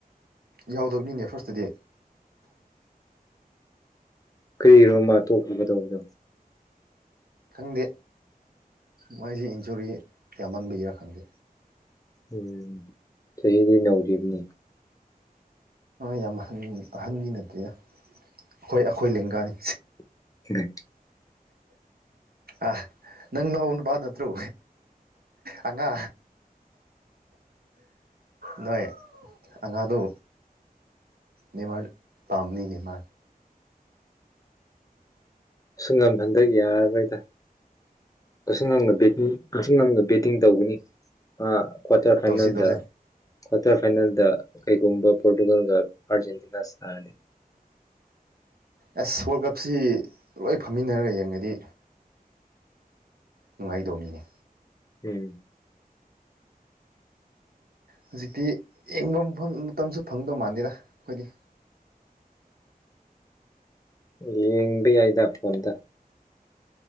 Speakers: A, on the right; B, on the left.
A: ꯌꯥꯎꯗꯕꯅꯤꯅꯦ ꯐꯥꫪꯁꯇꯗꯤ꯫
B: ꯀꯩꯔꯤꯒꯤꯔ ꯃꯥ ꯇꯣꯛꯄꯤꯒꯗꯧꯕꯗꯣ꯫
A: ꯈꯪꯗꯦ ꯃꯥꯏꯁꯤ ꯏꯟꯖꯨꯔꯤ ꯌꯥꯝꯃꯟꯕꯤꯒꯦꯔꯥ ꯈꯪꯗꯦ꯫
B: ꯎꯝ ꯆꯍꯤꯗꯤ ꯅꯧꯔꯤꯕꯅꯤ꯫
A: ꯌꯥꯝ ꯑꯍꯟ ꯑꯍꯟꯒꯤ ꯅꯠꯇꯦ ꯑꯩꯈꯣꯏ ꯑꯩꯈꯣꯏ ꯂꯦꯡꯒꯥꯅꯤ꯫
B: <unintelligible>
A: ꯑ ꯅꯪ ꯅꯥꯎꯅꯨꯄꯥ ꯅꯠꯇ꯭ꯔꯣ꯫ ꯑꯉꯥꯡ꯫ ꯅꯣꯏ ꯑꯉꯥꯡꯗꯨ ꯅꯃꯥ ꯄꯥꯝꯅꯤꯅꯦꯃꯥ
B: ꯑꯉꯝ ꯍꯟꯗꯛ ꯌꯥꯔꯣꯏꯗ ꯁꯨ ꯅꯪꯅ ꯑꯝ ꯅꯝꯅ ꯕꯦꯇꯤꯡ ꯇꯧꯕꯅꯤ ꯑ ꯀꯆꯔ ꯈꯥꯟꯅꯗ
A: ꯇꯧꯁꯤ ꯇꯧꯁꯦ
B: ꯀ꯭ꯋꯥꯇꯔ ꯐꯥꯏꯅꯦꯜꯗ ꯀꯩꯒꯨꯝꯕ ꯄꯣꯔꯇꯨꯒꯜꯒ ꯑꯥꯔꯖꯦꯟꯇꯤꯅꯥ ꯁꯥꯒꯅꯤ
A: ꯑꯁ ꯋꯥꯔꯜ ꯀꯞꯁꯤ ꯂꯣꯏ ꯐꯝꯃꯤꯟꯅꯔꯒꯦ ꯌꯦꯡꯉꯗꯤ ꯅꯨꯡꯉꯥꯏꯗꯧ ꯃꯤꯅꯦ
B: ꯎꯝ
A: ꯍꯧꯖꯤꯛꯇꯤ ꯌꯦꯡꯕ ꯃꯐꯝ ꯃꯇꯝꯁꯨ ꯐꯪꯗꯧ ꯃꯥꯟꯗꯦꯔ ꯑꯩꯈꯣꯏꯗꯤ
B: ꯌꯦꯡꯕ ꯌꯥꯏꯗ ꯐꯣꯟꯗ